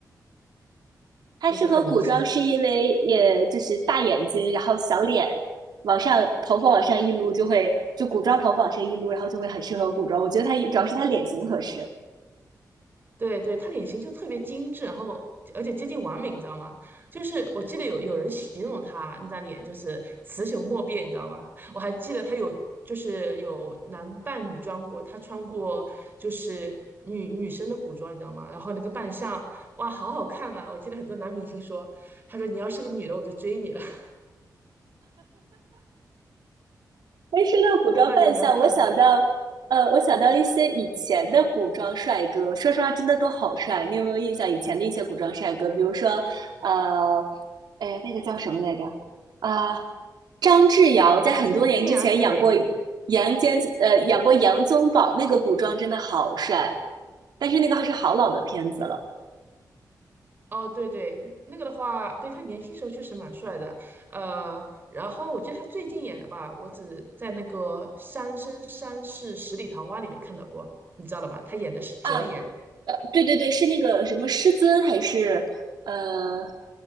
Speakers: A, on the right; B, on the right.
A: 他适合古装是因为也就是大眼睛，
B: 就是的明星。
A: 然后小脸，往上头发往上一撸就会，就古装头发往上一撸，然后就会很适合古装。我觉得他主要是他脸型合适。
B: 对对，她脸型就特别精致，然后而且接近完美，你知道吗？就是我记得有有人形容她那张脸就是雌雄莫辨，你知道吗？我还记得她有就是有男扮女装过，她穿过就是女女生的古装，你知道吗？然后那个扮相，哇，好好看啊！我记得很多男明星说，他说你要是个女的，我就追你了。<laughs>
A: 哎，说到古装扮相，
B: 我不知道你有没有看过，
A: 我想到，呃，我想到一些以前的古装帅哥，说实话，真的都好帅。你有没有印象以前的一些古装帅哥？比如说，呃，哎那个叫什么来着？啊、张智尧在很多年之前演过
B: 哎，比如说《天涯四美》，
A: 杨坚，呃，演过杨宗保，那个古装真的好帅。但是那个还是好老的片子了
B: 哦，对对，那个的话，对他年轻时候确实蛮帅的，呃，然后我记得他最近演的吧，我只在那个《三生三世十里桃花》里面看到过，你知道了吧？他演的是折颜，
A: 啊，呃，对对对，是那个什么师尊还是呃